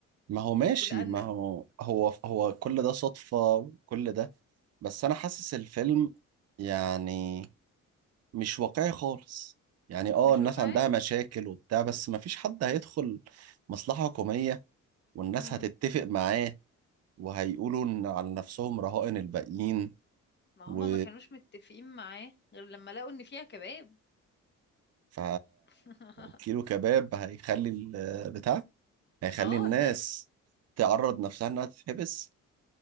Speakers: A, on the right; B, on the left.
A: ما هو ماشي
B: ولأن
A: ما هو هو هو كل ده صدفة وكل ده بس أنا حاسس الفيلم يعني مش واقعي خالص يعني اه
B: مش
A: الناس
B: واقعي
A: عندها مشاكل وبتاع بس ما فيش حد هيدخل مصلحة حكومية والناس
B: امم
A: هتتفق معاه وهيقولوا إن على نفسهم رهائن الباقيين
B: ما
A: و
B: هما ما كانوش متفقين معاه غير لما لقوا ان فيها كباب
A: ف
B: <laughs>
A: كيلو كباب هيخلي البتاع هيخلي
B: اه
A: الناس
B: الناس
A: تعرض نفسها انها تتحبس